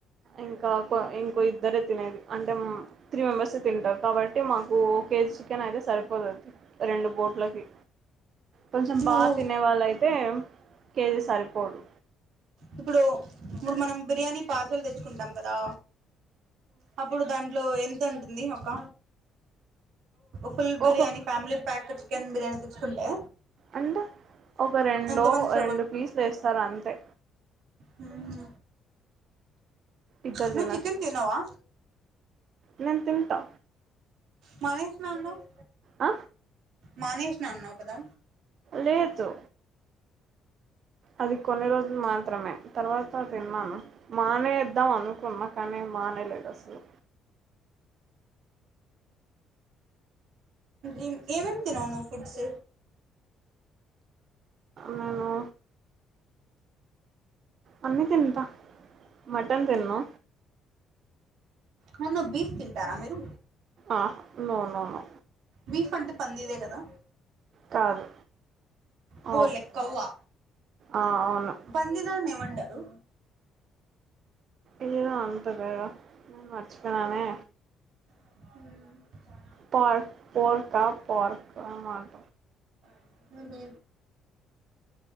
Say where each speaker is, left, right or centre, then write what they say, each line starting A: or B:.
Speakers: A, on the right; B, on the right.
A: ఇంకా ఇంకో ఇద్దరే తినేది అంటే త్రీ మెంబెర్స తింటారు కాబట్టి మాకు ఓ కేజీ చికెన్ అయితే సరిపోతుంది రెండు పుట్లకి కొంచెం బాగా
B: ఓహో
A: తినే వాళ్ళ అయితే కేజీ సరిపోదు
B: ఇప్పుడు ఇప్పుడు మనం బిర్యానీ పార్సెల్ తెచ్చుకుంటాం కదా అప్పుడు దాన్ని ఇ లో ఎంత ఉంటుంది ఒక ఫుల్ biryani
A: ఒక
B: family pack chicken biryani తెచ్చుకుంటే
A: అంటే ఒక రెండు
B: ఎంత మందికి
A: రెండు పీసులు వేస్తారు అంతే
B: ఉమ్
A: ఇద్దరు
B: నువ్
A: తినొచ్చు
B: చికెన్ తిన్నావా
A: నేను తింటా
B: మానేసిన అన్నవ్
A: అ
B: మానేష్ నా అన్నవ్ కదా
A: లేదు అది కొన్ని రోజులు మాత్రమే తర్వాత తిన్నాను మానేద్దాం అనుకున్నా కానీ మానైలేదు అసలు
B: ఏం ఏమేం తినవు నువ్ ఫుడ్స్
A: నేను అన్నీ తింటా మటన్ తినను
B: మున్ను బీఫ్ తింటారా మీరు
A: ఆ నో నో నో
B: బీఫ్ అంటే పంది ఇదే కదా
A: కాదు
B: హో
A: అవ్
B: లైక్ కొవ్వా
A: ఆ అవును
B: పంది అంటారు
A: ఆయూ అంటదా నేను మర్చిపోయానే
B: ఉమ్
A: పార్ పోర్కా పార్కా మాట
B: మ్ హు